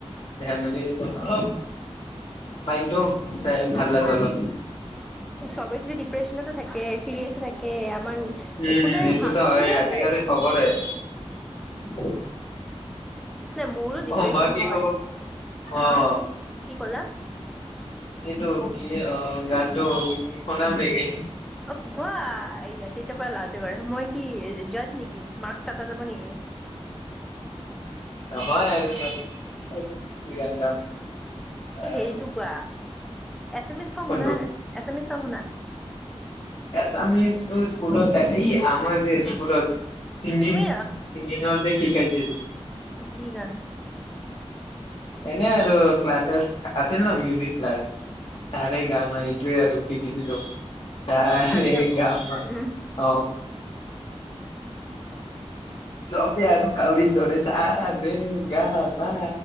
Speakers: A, on the left; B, in the centre.
A: ধেমালি অ অলপ মাইণ্ডটো- তাইক ভাল লাগে অলপ।
B: চবেই যদি ডিপ্ৰেশচনতে থাকে চিৰিয়াছে থাকে আমাৰ
A: উম
B: একো নাই
A: এইটোতো
B: হা
A: হয়
B: কোনে
A: আজিকালি
B: কোনে
A: চবৰে <inaudible>
B: নাই মোৰো ডিপ্ৰ্যন
A: অ মই কি
B: হয়।
A: কব
B: হা
A: অ
B: কি? কি কলা
A: এইটো কি অ গানতটো শুনাম নেকি?
B: অ গোৱা এইয়া তেতিয়াৰ পৰা লাজে কৰে। মই কি জজ নেকি, মাৰ্কস কটা যাব নেকি? <inaudible>
A: নহয় আৰু কি গান গাম। আহ
B: এ হেৰিটো গোৱা। আছামিজ চংগ
A: কোনটো
B: সুনা নে নাই, আছামিজ চংগ শুনা।
A: এছামিজটো স্কুলত এই আমাৰ যে স্কুলত চিংগিং
B: তুমি
A: চিংগিংট জে শিকাইছিল।
B: কি গান।
A: এনে আৰু ক্লাছ চাচ আছিল ন মিউজিক ক্লাছ। চা ৰে গা মা এইটোৱে আৰু শিকিছিলো। চা
B: চাৰে
A: ৰে
B: গান উম
A: গা মা, অ চবে আৰু কাউৰী দৰে চা, ৰে, গা, মা